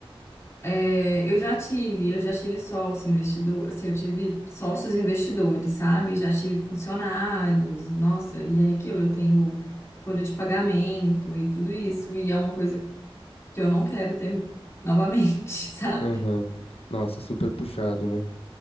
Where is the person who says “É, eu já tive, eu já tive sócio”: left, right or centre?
Left